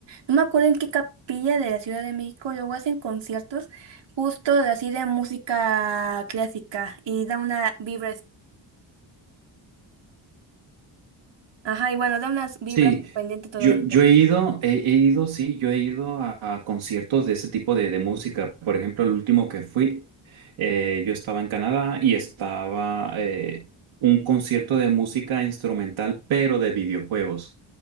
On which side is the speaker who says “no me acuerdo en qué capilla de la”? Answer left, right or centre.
Right